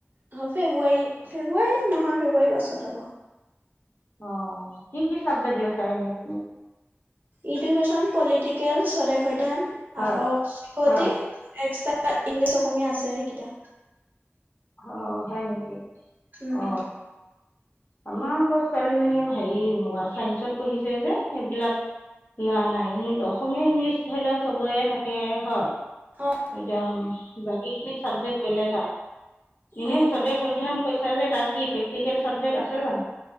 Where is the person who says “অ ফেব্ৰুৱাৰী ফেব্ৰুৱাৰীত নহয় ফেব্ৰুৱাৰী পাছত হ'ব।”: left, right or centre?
Right